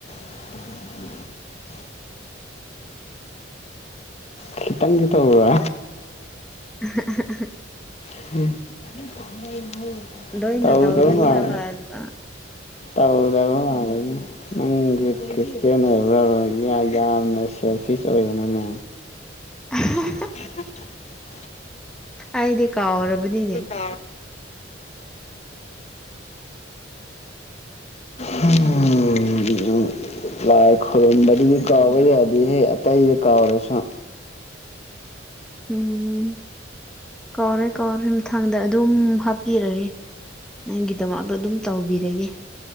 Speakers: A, on the left; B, in the centre.
A: <unintelligible> ꯈꯩꯇꯪꯗꯤ ꯇꯧꯕ꯭ꯔꯥ
B: <unintelligible>
A: <unintelligible>
B: ꯂꯣꯏꯅ
A: ꯇꯧꯗꯕ
B: ꯇꯧꯕꯤꯌꯦ
A: ꯃꯥꯜꯂꯦ
B: ꯍꯥꯏꯕ ꯑ
A: ꯇꯧꯗꯕ ꯃꯥꯜꯂꯤꯗ ꯅꯪꯒꯤ ꯈ꯭ꯔꯤꯁꯇꯦꯟ ꯑꯣꯏꯕ꯭ꯔꯥꯕ ꯌꯥ ꯌꯥꯝꯅ ꯁꯦꯜꯐꯤꯁ ꯑꯣꯏꯒꯅꯨꯅꯦ
B: <unintelligible>
A: <unintelligible>
B: ꯑꯩꯗꯤ ꯀꯥꯎꯔꯕꯅꯤꯅꯦ
A: ꯀꯥꯎꯔꯕ <unintelligible> ꯍꯨꯝ ꯂꯥꯏ ꯈꯣꯔꯨꯝꯕꯗꯨꯗꯤ ꯀꯥꯎꯕ ꯌꯥꯗꯦꯍꯦ ꯑꯇꯩꯗ ꯀꯥꯎꯔꯁꯨ
B: ꯎꯝ ꯀꯥꯎꯔꯣꯏ ꯀꯥꯎꯔꯣꯏ ꯃꯊꯪꯗ ꯑꯗꯨꯝ ꯍꯥꯞꯄꯤꯔꯒꯦ ꯅꯪꯒꯤ ꯗꯃꯛꯗꯣ ꯑꯗꯨꯝ ꯇꯧꯕꯤꯔꯒꯦ